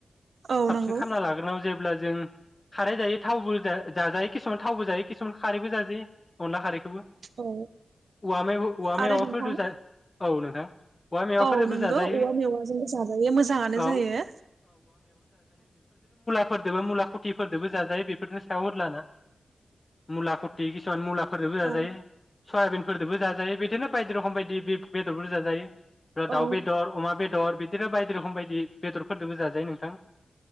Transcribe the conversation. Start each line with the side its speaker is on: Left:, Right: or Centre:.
Right: औ
Left: साबसिन
Right: नंगौ
Left: खालामामना लाग्रोनायाव जेबो अब्ला जों खारै जायो थावबो जाजायो किसुमान थावबो जायो किसुमान खारैबो जाजायो अनला खारैखौबो
Right: औ
Left: उआ मेवाय उआ
Right: आरो
Left: मेवायफोरजों
Right: नोंथां
Left: जा औ नोंथां। औवा मेवाफोरजोंबो
Right: औ नोंगौ
Left: जाजायो
Right: औवा मेवाजोंबो जाजायो मोजाङानो
Left: औ
Right: जायो।
Left: फोरदोबो मुला खुथिफोरदोबो जाजायो बेफोरनो सायाव हलाना मुला खुथि किसुमान मुला फोरजोंबो जाजायो।
Right: औ
Left: सयाबनफोरदबो जाजायो बिदिनो बायदि रखम बायदि बे। बेदर बुरजा जायो।
Right: औ
Left: दाउ बे दर अमा बे बेदर बिदिनो बायदि रोखोम बायदि बेदरफोरजोंबो जाजायो नोंथां।